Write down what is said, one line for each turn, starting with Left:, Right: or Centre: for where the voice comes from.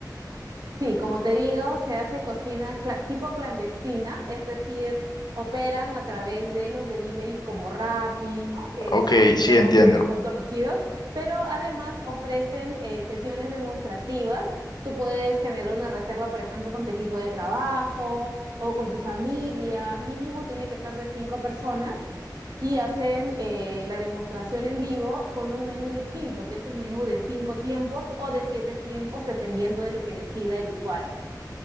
Right: Sí, como te digo, se hace cocina cla- tipo clandestina, es decir, operan a través de los deliveries como Rappi, ¿no? Que
Left: Ok,
Right: son, digamos,
Left: sí, entiendo.
Right: de- muy conocidos, pero además ofrecen eh, sesiones demostrativas. Tú puedes generar una reserva, por ejemplo, con tu equipo de trabajo o con tu familia. Mínimo tiene que ser de cinco personas y hacen eh, la demostración en vivo con un menú distinto, que es un menú de cinco tiempos o de siete tiempos, dependiendo de lo que decida el usuario.